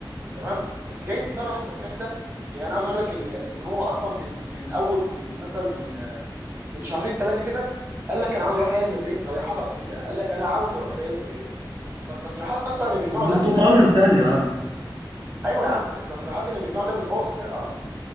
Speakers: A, on the right; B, on the right.
A: تمام بس جاي تصرح التصريح ده يعني انا عاوز اقول لك ان ان هو اصلا من من اول من مثلا من من شهرين ثلاثه كده قال لك انا عاوز اروح ريال مدريد صريحه كده يعني قال لك انا عاوز اروح ريال مدريد فالتصريحات اصلا اللي من النوع
B: انت
A: ده
B: كنت طالع لسانه يا عم
A: ايوه يا عم التصريحات اللي من النوع ده بتبوظ الفرقه اصلا